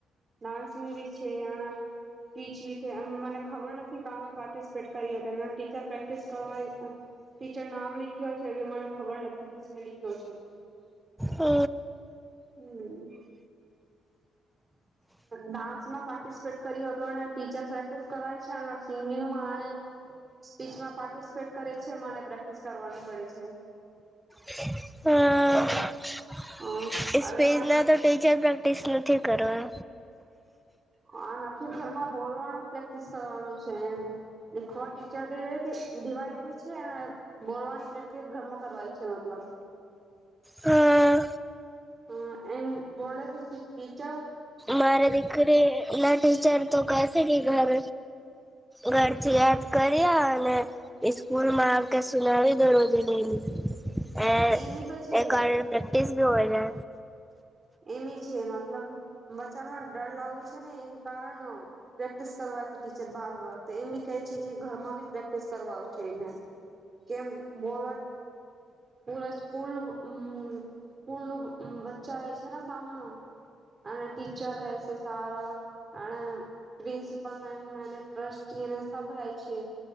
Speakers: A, on the right; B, in the centre.
A: ડાન્સિંગ બી છે, એના ટીચવી એમ મને ખબર નથી, કમાં પાર્ટિસિપેટ કરી હો, ટીચર પ્રેક્ટિસ કરવા. ટીચર નામ લિખ્યો છે, એ અમને ખબર નથી કેં લીખ્યો છે.
B: હ.
A: હમ. ડાન્સ માં પાર્ટિસિપેટ કર્યો હતો, અને ટીચર પ્રેક્ટિસ કરે છે, સિંગિંગમાં અને સ્પીચમાં પાર્ટિસિપેટ કરે છે, મને પ્રેક્ટિસ કરવાની પડે છે.
B: <unintelligible>
A: હ
B: સ્પેસ
A: હવે
B: ના તો ટીચર પ્રેક્ટિસ નથી કરવા.
A: હા નથી, ઘરમાં બોલવાનું પ્રેક્ટિસ કરવાનું છે એમ. દખો ટીચર દ એ દિવાઈ દે છે, એમ. બોલવાની પ્રેક્ટિસ ઘરમાં કરવાની છે, મતલબ.
B: હા
A: હા, એમ ભોળ કે બીચા.
B: મારે દીકરે લ ટીચર તો કસે કે ઘર. ઘરથી યાદ કર્યા, અને સ્કૂલમાં આપ કે, સુનાવી દો, રોજે ડલી એ
A: એમી તો છે
B: એકર પ્રેક્ટિસ ભી હો જાય.
A: એમ છે, મતલબ, બચ્ચામાં ડર લાગવું છે ને, એમ કારણ પ્રેક્ટિસ કરવાથી ટીચર બાર વાર તો એમ બી કહે છે કે, ઘરમાં બી પ્રેક્ટિસ કરવા છે એને. કેમ બોલર. પૂરા સ્કૂલ ન સ્કૂલ ન બચ્ચા એ છે ને, સામણા. અને ટીચર હૈ, એ સારા. અને પ્રિન્સિપલ મેમ અને ટ્રસ્ટી સબ રહે છે.